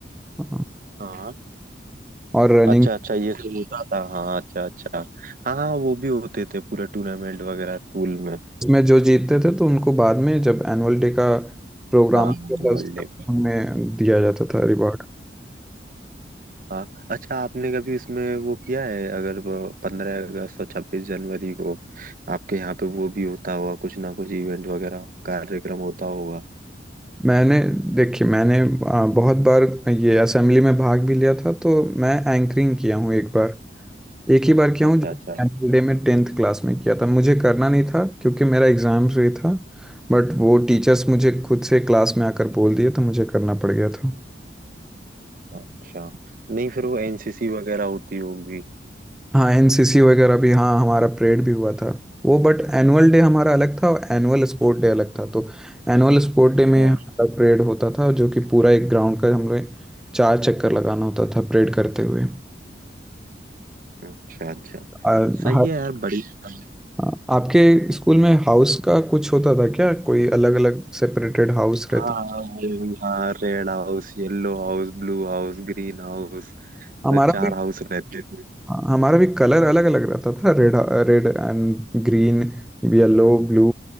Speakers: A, in the centre; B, on the right (about 50°).
A: अ,
B: हाँ
A: और रनिंग
B: अच्छा अच्छा ये सब होता था हाँ अच्छा अच्छा हाँ हाँ वो भी होते थे पूरा टूर्नामेंट वगैरह स्कूल में
A: में जो जीतते थे तो उनको बाद में जब एनुअल डे का प्रोग्राम
B: हाँ एनुअल
A: होता था,
B: डे
A: उनमें दिया जाता था रिवॉर्ड
B: हाँ अच्छा आपने कभी उसमें वो किया है अगर पंद्रह अगस्त और छब्बीस जनवरी को आपके यहाँ पे वो भी होता होगा कुछ ना कुछ इवेंट वगैरह कार्यक्रम होता होगा
A: मैंने देखिए मैंने आ, बहुत बार ये असेंबली में भाग भी लिया था तो मैं एंकरिंग किया हूँ एक बार एक ही बार किया
B: अच्छा
A: हूँ जो
B: अच्छा
A: एनुअल डे में टेंथ क्लास में किया था मुझे करना नहीं था क्योंकि मेरा एग्जाम्स भी था बट वो टीचर्स मुझे खुद से क्लास में आकर बोल दिए तो मुझे करना पड़ गया था
B: अच्छा नहीं फिर वो एनसीसी वगैरह होती होगी
A: हाँ एनसीसी वगैरह भी हाँ हमारा परेड भी हुआ था वो बट एनुअल डे हमारा अलग था और एनुअल स्पोर्ट डे अलग था तो एनुअल स्पोर्ट डे में
B: हाँ
A: हमारा परेड होता था जो कि पूरा एक ग्राउंड का हम लोग चार चक्कर लगाना होता था परेड करते हुए
B: अच्छा अच्छा
A: आ,
B: सही
A: हर
B: है यार बड़ी <laughs>
A: आ, आपके स्कूल में हाउस का कुछ होता था क्या कोई अलग अलग सेपरेटेड हाउस रहते
B: हाँ हाँ वो भी, हाँ red house yellow house blue house green house
A: हमारा
B: तो चार
A: भी
B: हाउस रहते थे
A: हाँ, हमारा भी कलर अलग अलग रहता था red red and green yellow blue